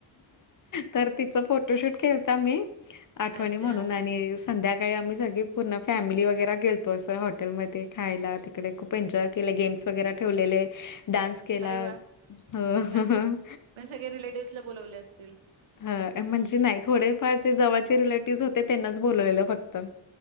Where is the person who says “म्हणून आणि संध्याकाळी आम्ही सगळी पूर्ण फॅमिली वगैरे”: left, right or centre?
Left